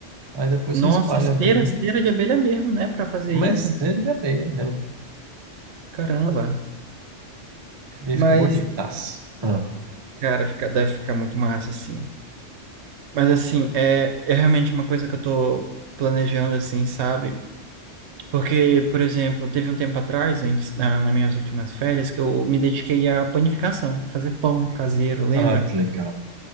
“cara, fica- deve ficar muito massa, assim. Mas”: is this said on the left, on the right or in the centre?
Right